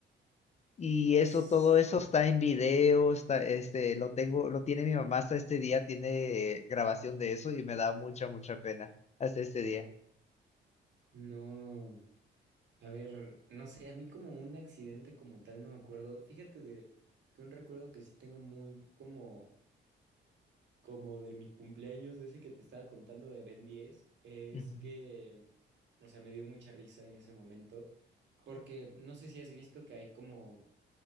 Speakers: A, on the left; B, on the right.
A: Y eso,
B: Tss,
A: todo eso está en video, está, este, lo tengo, lo tiene mi mamá hasta este día, tiene grabación de eso y me da mucha, mucha pena hasta este día.
B: No, a ver, no sé, a mí como un accidente como tal no me acuerdo. Fíjate de que un recuerdo que sí tengo muy como como de mi cumpleaños, de ese que te estaba contando de Ben 10, es
A: Ujú.
B: que, o sea, me dio mucha risa en ese momento, porque no sé si has visto que hay como